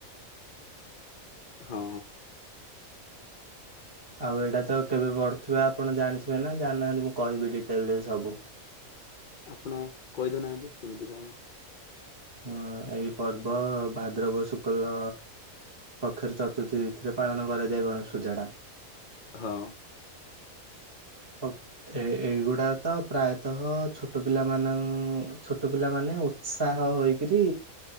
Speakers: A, on the left; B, on the right.
A: ହଁ।
B: ଆଉ ଏଇଟା ତ କେବେ ପଢୁଥିବେ ଆପଣ ଜାଣିଥିବେ ନା ଜାଣିନାହାନ୍ତି, ମୁଁ କହିବି ଡିଟେଲରେ ସବୁ।
A: ଆପଣ କହିଦଉନାହାନ୍ତି କେମିତି କଣ?
B: ହଁ, ଏଇ ପର୍ବ ଭାଦ୍ରବ ଶୁକ୍ଲ ପକ୍ଷରେ ଚତ ଚତୁର୍ଥୀ ତିଥିରେ ପାଳନ କରାଯାଏ ଗଣେଶ ପୂଜାଟା।
A: ହଁ।
B: ହଉ। ଏ ଏଇଗୁଡ଼ାକ ତ ପ୍ରାୟତଃ ଛୋଟ ପିଲାମାନଙ୍କ, ଛୋଟ ପିଲାମାନେ ଉତ୍ସାହ ହୋଇକରି